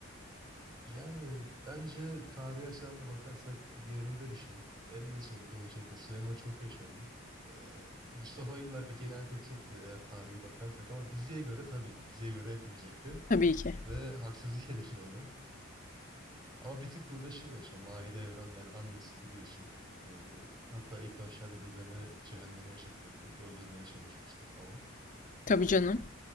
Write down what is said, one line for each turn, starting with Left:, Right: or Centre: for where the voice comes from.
Right: Yani bence tarihi açıdan da bakarsak yerinde bir şey. En de sonunda olacaktı. Süleyman çok yaşadı. Ee, Mustafa illa ki ihanet edecekti eğer tarihi bakarsak ama diziye göre tabii ki diziye göre etmeyecekti.
Left: Tabii ki.
Right: Ve haksızlık <laughs> edildi ona. Ama bir tık burada şey var işte Mahide Evran yani annesi biliyorsun. Ee, hatta ilk başlarda Hürrem'e cehennemi yaşatıyordu. Öldürmeye çalışmıştı falan.
Left: Tabii canım.